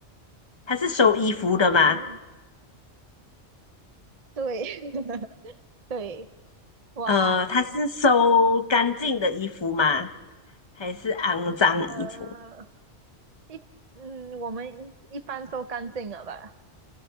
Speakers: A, on the left; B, on the right.
A: 他是收衣服的吗？
B: 嗯，对，<laughs> 对，哇，
A: 呃，他是收干净的衣服吗？还是肮脏衣服？
B: 呃，一，嗯，我们一般都干净了吧？